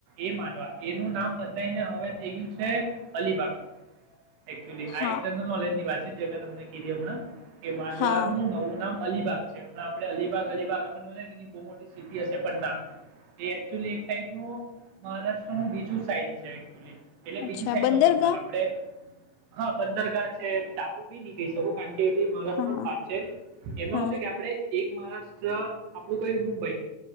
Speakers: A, on the right (about 65°); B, on the left (about 85°).
A: એ માંડવા એનું નામ બધ ડાઈને હવે થઈયું છે અલીબાગ એકચુઅલી આ
B: હા
A: એક જનરલ નોલેજ ની વાત છે જે મેં તમને કીધી હમણાં એ માંડવાનું
B: હા
A: નવું નામ અલીબાગ છે હમણાે અલીબાગ અલીબાગ આપને બ મોટી સિટી હશે પણ એક ટપ ન મહારાષ્ટ્ર નું બીજું સાઈડ છે છે એકક્ચુલી એટલે
B: અચ્છા
A: બીજી સાઈડ
B: બંદરગાહ
A: નો કરનાર આપડે હા બંદરગાહ છે ટાપુ બી નહી કઈ શકું કારણ કે એ મહારાષ્ટ્ર
B: હા
A: ન પાર્ટ છે એમાં
B: હા
A: એવ છે કે આપણે એક મહારાષ્ટ્ર આપણું કયું મુંબઈ